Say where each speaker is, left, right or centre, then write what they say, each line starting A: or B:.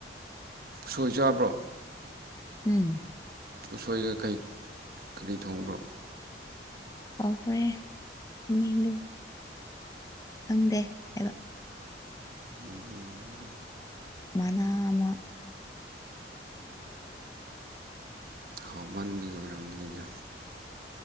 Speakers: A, on the right; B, on the left.
A: ꯁꯣꯏꯖ ꯌꯥꯕ꯭ꯔꯣ
B: ꯎꯝ
A: ꯎꯁꯣꯏꯒ ꯀꯔꯤ ꯊꯣꯡꯕ꯭ꯔꯣ
B: ꯀꯍꯔꯦ ꯃꯤꯗꯨꯨ ꯈꯪꯗꯦ ꯍꯥꯏꯕ
A: ꯎꯝ ꯎꯝ
B: ꯃꯅꯥ ꯑꯃ ꯊꯦ
A: ꯍꯥꯎꯃꯟꯕꯤ ꯑꯣꯏꯔꯝꯒꯅꯤꯗ